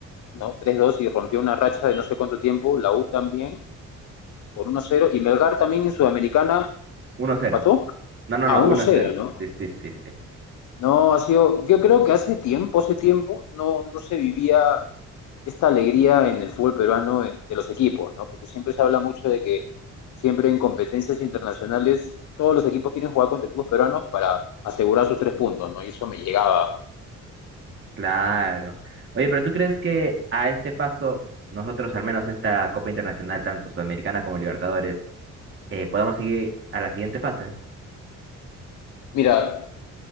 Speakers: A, on the left; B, on the right.
A: no tres dos y rompió una racha de no sé cuánto tiempo, la U también, por uno cero y Melgar también en Sudamericana
B: Uno cero.
A: empató
B: No, no,
A: a
B: no,
A: uno
B: Uno
A: cero
B: cero.
A: ¿no?
B: Sí, sí, sí, sí.
A: No, ha sido, yo creo que hace tiempo, hace tiempo, no, no se vivía esta alegría en el fútbol peruano eh, de los equipos, ¿no? Porque siempre se habla mucho de que siempre en competencias internacionales todos los equipos quieren jugar contra equipos peruanos para asegurar sus tres puntos, ¿no? Y eso me llegaba.
B: Claro. Oye, pero ¿tú crees que a este paso, nosotros, al menos esta Copa Internacional, tanto Sudamericana como Libertadores, eh, podamos seguir a la siguiente fase?
A: Mira,